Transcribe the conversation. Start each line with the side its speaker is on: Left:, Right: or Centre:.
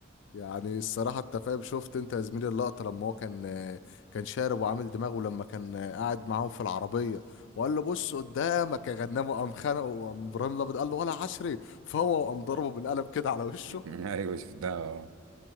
Left: يعني الصراحه انت فاهم شفت انت يا زميلي اللقطه لما هو كان آه، كان شارب وعامل دماغه لما كان آه، قاعد معاهم في العربيه وقال له بص قدامك يا غنامه قام خانقه وقام ابراهيم الابيض قال له ولا عشري فهو وقام ضربه بالقلم كده على وشه
Right: <laughs> ايوه شفتها اه